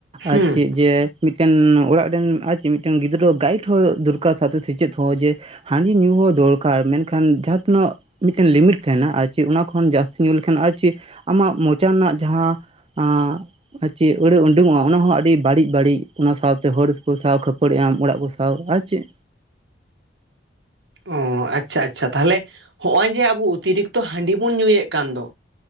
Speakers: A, on the right; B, on the right.
A: ᱦᱩᱸ
B: ᱟᱨ ᱪᱮᱫ ᱡᱮ ᱢᱤᱫᱴᱮᱱ ᱚᱲᱟᱜ ᱨᱮᱱ ᱟᱨ ᱪᱮᱫ ᱢᱤᱫᱴᱮᱱ ᱜᱤᱫᱽᱨᱟᱹ ᱜᱟᱭᱤᱰ ᱦᱚᱸ ᱫᱚᱨᱠᱟᱨ ᱥᱟᱶᱛᱮ ᱥᱮᱪᱮᱫ ᱦᱚᱸ ᱡᱮ ᱦᱟᱺᱰᱤ ᱧᱩ ᱦᱚᱸ ᱫᱚᱨᱠᱟᱨ ᱢᱮᱱ ᱠᱷᱟᱱ ᱡᱟᱦᱟᱸ ᱛᱤᱱᱟᱹᱜ ᱢᱤᱫᱴᱮᱱ ᱞᱤᱢᱤᱴ ᱛᱟᱸᱦᱮᱱᱟ ᱟᱨ ᱪᱮᱫ ᱚᱱᱟ ᱠᱷᱚᱱ ᱡᱟᱹᱥᱛᱤ ᱧᱩ ᱞᱮᱠᱷᱟᱱ ᱟᱨ ᱪᱮᱫ ᱟᱢᱟᱜ ᱢᱚᱪᱟ ᱨᱮᱱᱟᱜ ᱡᱟᱦᱟᱸ ᱟᱸ ᱟᱨ ᱪᱮᱫ ᱟᱹᱲᱟᱹ ᱩᱰᱳᱝ ᱚᱜ-ᱟ ᱚᱱᱟ ᱦᱚᱸ ᱚᱱᱟᱦᱚᱸ ᱟᱹᱰᱤ ᱵᱟᱹᱲᱤᱡ ᱵᱟᱹᱲᱤᱡ ᱚᱱᱟ ᱥᱟᱶᱛᱮ ᱦᱚᱲ ᱠᱚ ᱥᱟᱶ ᱠᱷᱟᱹᱯᱟᱹᱲᱤ ᱟᱢ ᱚᱲᱟᱜ ᱠᱚ ᱟᱣ ᱟᱨ ᱪᱮᱫ
A: ᱚᱸ ᱟᱪᱪᱷᱟ ᱟᱪᱪᱷᱟ ᱛᱟᱦᱚᱞᱮ ᱦᱚᱸᱜᱼᱚᱭ ᱡᱮ ᱟᱵᱚ ᱩᱛᱤᱨᱤᱠᱛᱚ ᱦᱟᱺᱰᱤ ᱵᱚᱱ ᱧᱩᱭᱮᱫ ᱠᱟᱱ ᱫᱚ